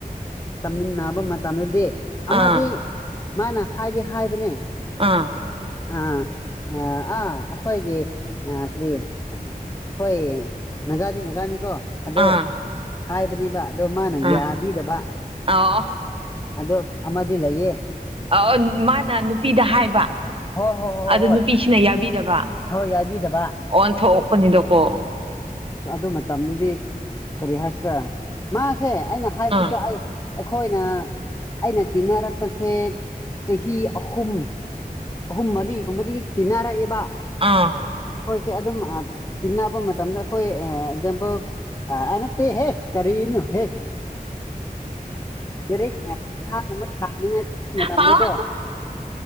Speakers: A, on the left; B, on the right.
A: ꯇꯝꯃꯤꯟꯅꯕ ꯃꯇꯝꯗꯗꯤ
B: ꯑꯥ
A: ꯑꯃꯗꯤ ꯃꯥꯅ ꯍꯥꯏꯗꯤ ꯍꯥꯏꯕꯅꯦ
B: ꯑꯥ
A: ꯑꯥ ꯑ ꯑꯥ ꯑꯩꯈꯣꯏꯒꯤ ꯑ ꯀꯔꯤ ꯑ ꯑꯩꯈꯣꯏ ꯅꯥꯒꯥꯗꯤ ꯅꯥꯒꯥꯅꯤꯀꯣ ꯑꯗꯣ
B: ꯑꯥ
A: ꯍꯥꯏꯕꯅꯦꯕ ꯑꯗꯣ ꯃꯥꯅ
B: ꯑꯥ
A: ꯌꯥꯕꯤꯔꯕ
B: ꯑꯣ
A: ꯑꯗ ꯑꯃꯗꯤꯂꯌꯦꯦ
B: ꯑ ꯃꯥꯅ ꯅꯨꯄꯤꯗ ꯍꯥꯏꯕ
A: ꯍꯣꯏ ꯍꯣꯏ ꯍꯣꯏ
B: ꯑꯗꯨ
A: ꯍꯣꯏ ꯍꯣꯏ
B: ꯅꯨꯄꯤꯁꯤꯅ ꯌꯥꯕꯤꯗꯕ
A: ꯍꯣꯏ ꯌꯥꯕꯤꯗꯕ
B: ꯑꯣꯟ ꯊꯣꯛꯛꯄꯅꯤꯗꯀꯣ
A: ꯑ ꯑꯗꯨ ꯃꯇꯝꯗꯨꯗꯤ ꯀꯔꯤ ꯍꯥꯏꯁꯤꯔꯥ ꯃꯥꯁꯦ ꯑꯩꯅ ꯍꯥꯏꯕꯗꯤꯀꯣ
B: ꯑꯥ
A: ꯑꯩꯈꯣꯏꯅ ꯑꯩꯅ ꯇꯤꯟꯅꯔꯛꯄꯁꯦ ꯆꯍꯤ ꯑꯍꯨꯝ ꯑꯍꯨꯝ ꯃꯔꯤꯒꯨꯝꯕꯗꯨꯗꯤ ꯇꯤꯟꯅꯔꯛꯑꯦꯕ
B: ꯑꯥ
A: ꯑꯩꯈꯣꯏꯁꯦ ꯑꯗꯨꯝ ꯇꯤꯟꯅꯕ ꯃꯇꯝꯗ ꯑꯩꯈꯣꯏ ꯑꯦꯛꯖꯥꯝꯄꯜ ꯍꯥꯏ ꯅꯞꯇꯦꯍꯦ ꯀꯔꯤꯅꯣ ꯍꯦ ꯒꯨꯝꯕ ꯊꯥꯛꯅꯤꯡꯉꯥꯏ ꯃꯇꯝꯗꯀꯣ
B: ꯑꯥ ꯑꯥ